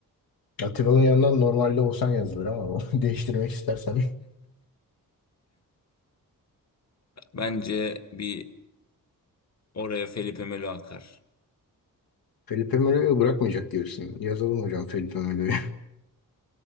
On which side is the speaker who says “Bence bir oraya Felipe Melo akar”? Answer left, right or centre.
Left